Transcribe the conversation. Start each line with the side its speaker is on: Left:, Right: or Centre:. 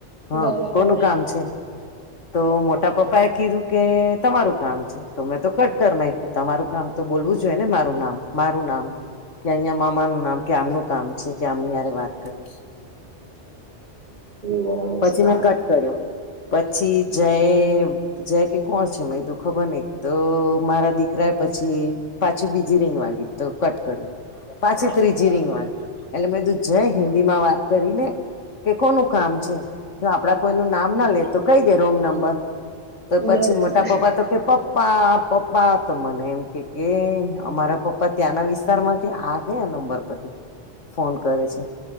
Left: હા
Right: બરાબર
Left: કોનું કામ છે તો મોટા પપ્પા એ કીધું કે તમારું કામ છે. તો મેં તો કટ કર નાખ્યું તમારું કામ તો બોલવું જોઈએ ને મારું નામ મારું નામ કે અહીં મામા નું નામ કે આમનું કામ છે કે આમની હારે વાત કરું
Right: બરાબર <unintelligible>
Left: પછી
Right: તમારા
Left: મેં કટ કર્યો પછી જયે જય કે કોણ છે મેં કીધું ખબર નઈ તો મારા દીકરાય પછી પાછી બીજી રિંગ વાગી તો કટ કર્યું. પાછી ત્રીજી રિંગ વાગી એટલે મેં કીધું જય હિન્દી માં વાત કરી લે કે કોનું કામ છે. જો આપડા કોઈ ન નામ ના લે તો કઈ દે રોંગ નંબર તો પછી
Right: બરાબર
Left: મોટા પપ્પા તો કે પપ્ પ્પા પપ્પા તો મને એમ કે કે અમારા પપ્પા ત્યાંના વિસ્તાર માંથી આ કયા નંબર ફોન કરે છે